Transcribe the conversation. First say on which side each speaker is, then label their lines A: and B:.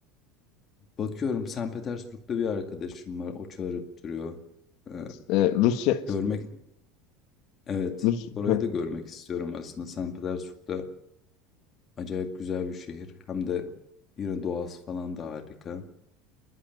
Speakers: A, on the left; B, on the left.
A: Bakıyorum St. Petersburg'da bir arkadaşım var. O çağırıp duruyor. Ee,
B: Ee, Rusya
A: görmek, evet.
B: Rus,
A: Orayı
B: ha.
A: da görmek istiyorum aslında. St. Petersburg'da acayip güzel bir şehir. Hem de yine doğası falan da harika.